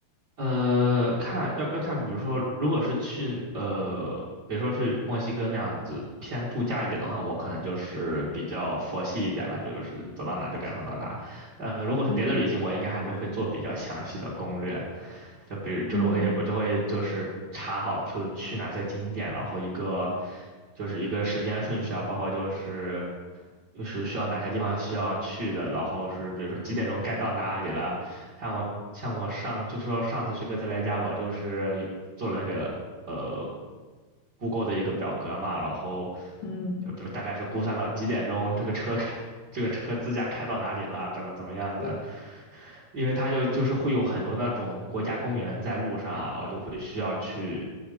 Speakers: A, on the right; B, on the left.
A: 呃，看要要看，比如说，如果是去呃，比如说是墨西哥那样子偏度假一点的话，我可能就是比较佛系一点了，就是走到哪就赶上到哪。呃，如果是别的旅行，
B: 嗯
A: 我应该还是会做比较详细的攻略，就比如就是我会我就会就是查好就去哪些景点，
B: 嗯
A: 然后一个就是一个时间顺序啊，包括就是就是需要哪些地方需要去的，然后是比如说几点钟该到哪里了。像我像我上就说上次去哥斯达黎加，我就是有做了那个呃 Google 的一个表格嘛，然后
B: 嗯
A: 就比如大概是估算到几点钟这个车开这个车自驾开到哪里了，怎么怎么样的。
B: <laughs>
A: 因为它就就是会有很多那种国家公园在路上啊，然后就会需要去